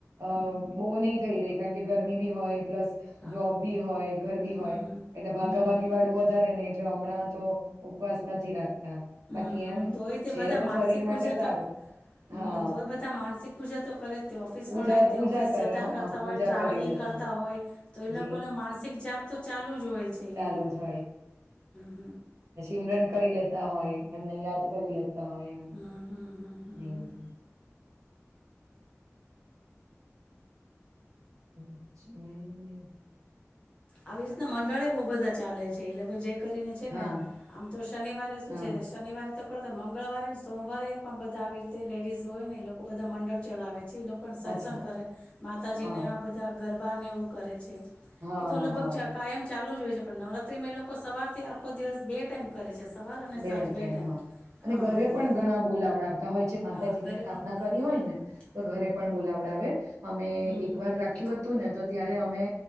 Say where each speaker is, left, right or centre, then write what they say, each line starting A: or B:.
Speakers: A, on the right; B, on the left.
A: અ
B: હમ
A: બહુ નહી થઈ રહી કારણ કે ગરમી બી હોય પ્લસ
B: હા
A: જોબ બી હોય, ઘર બી
B: હમ
A: હોય
B: હમ
A: એટલે ભાગા
B: હમ હમ
A: ભાગી વાળું વધારે ને એટલે હમણાં તો ઉપવાસ નથી રાખતા
B: હ
A: બાકી એમ
B: તોય તે
A: છે
B: બધા
A: તો
B: માનસિક
A: શરીર
B: પૂજા
A: માટે
B: તો
A: સારું હા
B: હું તોય બધા માનસિક પૂજા તો કરે તે ઓફિસ
A: પૂજા
B: વાળા એ તે
A: પૂજા
B: ઓફિસ
A: કરે
B: જતાં
A: હા
B: કરતાં
A: પૂજા
B: હોય ટ્રાવેલિંગ
A: કરી લેતા
B: કરતા હોય તો એ
A: જી
B: લોકોને માનસિક જાપ તો ચાલુ જ હોય છે
A: ચાલુ
B: એ લોકો
A: જ
B: હ હ
A: મરન કરી લેતા હોય એમને યાદ કરી લેતા હોય એમ
B: હમ હમ હમ હમ
A: <unintelligible>
B: હમ
A: <unintelligible>
B: આવી રીતના મંડળે બહુ બધા ચાલે છે. એ લોકો જે કરીને છે
A: હા
B: ને આમ તો શનિવારે શું
A: હા
B: છે શનિવારે તો કરતા મંગળવારે ને સોમવારે પણ બધા આવી રીતે લેડીઝ હોય ને એ લોકો બધા મંડળ ચલાવે. પછી એ લોકોને સત્સંગ
A: અચ્છા
B: કરે, માતાજીને
A: હા
B: આ બધા ગરબાને એવું કરે છે.
A: હા
B: એ તો લગભગ
A: હા
B: ચા કાયમ ચાલુ જ હોય. પણ નવરાત્રી માં એ લોકો સવારથી આખો દિવસ બે ટાઈમ કરે છે. સવાર અને
A: બે
B: સાંજ
A: ટાઈમ હા. અને
B: હા
A: ઘરે
B: હા
A: પણ ઘણા બોલાવડાવતા હોય છે માતાજીની
B: હા ઘરે
A: સ્થાપના
B: પણ બોલાવડાવે
A: કરી હોય ને તો ઘરે પણ
B: હમ
A: બોલાવડાવે. અમે
B: હમ હમ
A: એક વાર
B: હમ
A: રાખ્યું
B: હમ
A: હતું ને તો ત્યારે અમે